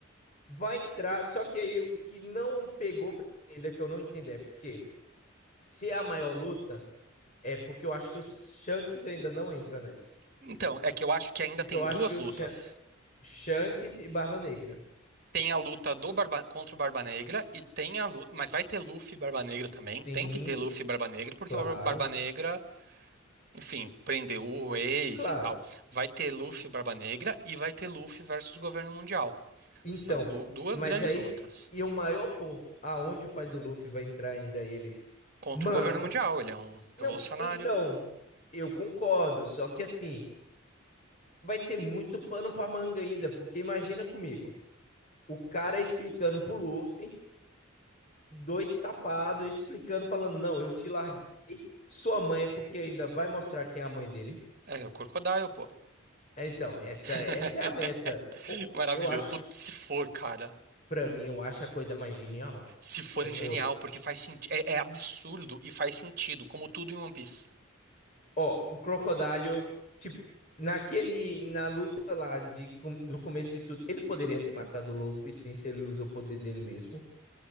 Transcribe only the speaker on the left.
Vai entrar, só que aí o que não pegou pra mim ainda que eu não entendo é porque se é a maior luta, é porque eu acho que o Shanks ainda não entra nessa.
Porque
eu acho
que o
Shan- Shanks e Barba Negra.
Sim,
claro,
claro.
Então,
mas
aí,
e o maior ponto, aonde o pai do Luffy vai entrar ainda eles?
Mano,
não,
então, eu concordo, só que assim, vai ter muito pano pra manga ainda, porque imagina comigo, o cara explicando pro Luffy dois tapados, explicando, falando: não, eu te larguei, sua mãe, é porque ainda vai mostrar quem é a mãe dele.
É, Então, essa,
essa é a meta. Pô,
eu acho,
pra mim, eu acho a coisa mais genial.
Eu,
eu,
ó, o Crocodile, tipo, naquele, na luta lá de, com- do começo de tudo, ele poderia ter matado o Luffy, sim, se ele usa o poder dele mesmo,